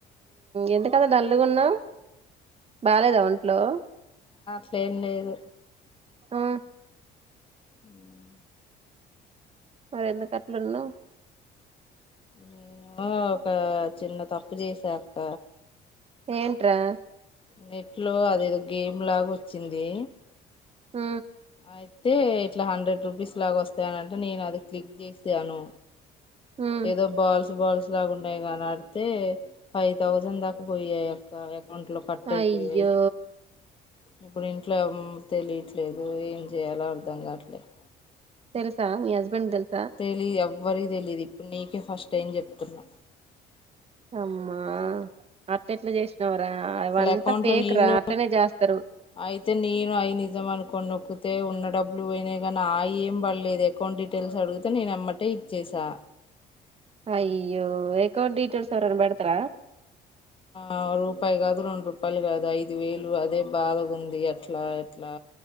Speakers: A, on the right; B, on the left.
A: ఎందుకంత డల్లుగున్నావ్ బాలేదా ఒంట్లో
B: సేన్న ఏదు
A: ఆ
B: ఉం
A: మరి ఎందుకట్లున్నవ్వ్
B: నేను ఒక చిన్న తప్పు చేసాక్క
A: ఏంట్రా
B: నెట్ లో అదేదో గేమ్ లాగా వచ్చింది.
A: ఉ
B: అయితే ఇట్లా హండ్రెడ్ రూపీస్ లాగా వస్తాయనంటే నేను అది క్లిక్ చేశాను.
A: ఉ
B: ఏదో బలబల్స్ లాగా ఉన్నాయి కాని ఆడితే ఫైవ్ థౌసండ్ దాకా పోయాయి అక్క ఒంట్లో పట్ అయిపోఇనాయి
A: అయ్యో
B: ఇప్పుడు ఇంట్లో తెలియట్లేదు. ఏం చేయాలో అర్ధం కావట్లేదు.
A: తెల్సా మీ హస్బెండ్ దెల్
B: తెలీదు ఎవ్వరికి తెలీదు ఇప్పుడు నీకే ఫస్ట్ టైం చెప్తున్నా.
A: అమ్మా అట్ ఎట్లా చేసినవరా అవంతా
B: అసలు అకౌంట్
A: ఫేక్
B: లో నేను
A: రా అట్నే చేస్తరు.
B: అయితే నేను అయి నిజం అనుకోనిక్కు అయితే ఉన్న డబ్బులు పోయినా కానీ ఆ ఇ ఏం పడలేదు. అకౌంట్ డీటెయిల్స్ అడిగితే నేను అమ్మటే ఇచ్చేసా.
A: అయ్యో అకౌంట్ డీటేల్స్ ఎవరైనా బడతర
B: ఆ రూపాయి కాదు రెండు రూపాయలు కాదు ఐదు వేలు అదే బాధగా ఉంది ఎట్లా ఎట్లా